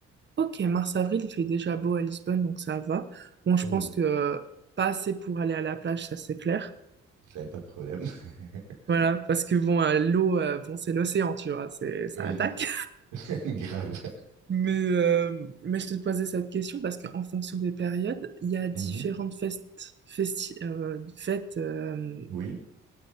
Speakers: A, on the right; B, on the right.
A: Ok, mars-avril, il fait déjà beau à Lisbonne, donc ça va. Bon,
B: Cool.
A: je pense que euh, pas assez pour aller à la plage, ça c'est clair.
B: J'avais pas de problème. <laughs>
A: Voilà, parce que bon, euh, l'eau, euh, bon, c'est l'océan, tu vois, c'est, ça
B: Oui,
A: attaque.
B: <laughs> grave.
A: <laughs> Mais, euh, mais je te posais cette question parce qu'en fonction des périodes, il y a différentes
B: Mhm.
A: festes, festi- euh, fêtes euh,
B: Oui,